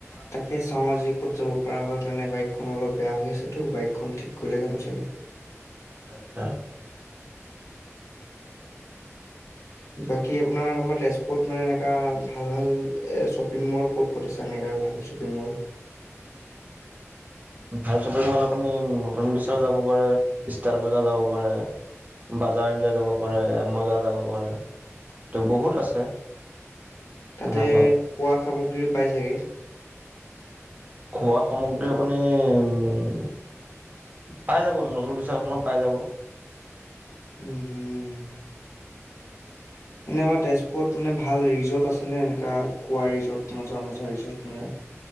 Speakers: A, on the left (about 80°); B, on the right (about 35°).
A: তাকে চাওঁ আজি ক'ত যাব পৰা হয় মানে বাইকখন অলপ বেয়া হৈ আছেতো বাইকখন ঠিক কৰিলে যাম চাগে
B: আচ্ছা আচ্ছা
A: বাকী আপোনাৰ আমাৰ তেজপুত মানে এনেকুৱা ভাল ভাল শ্বপিং মল ক'ত ক'ত আছে এনেকুৱা ভাল শ্বপিং মল
B: ভাল শ্বপিং মল আপুনি নতুন বিচাৰ যাব পাৰে ষ্টাৰ বজাৰ যাব পাৰে বাজাৰ ইণ্ডিয়া যাব পাৰে এম বজাৰ যাব প কৰে তটো বহুত আছে
A: তাতে
B: এনেকুৱা।
A: খোৱা সামগ্ৰীও পাই চাগে
B: খোৱা সামগ্ৰী আপুনি অ পাই যাব ন নতুন বিশাল খনত পাই যাব
A: উম হম এনে আমাৰ তেজপুৰত মানে ভাল ৰিজৰ্ট আছে নে এনেকা খোৱা ৰিজৰ্ট মজা মজা ৰিজৰ্ট মে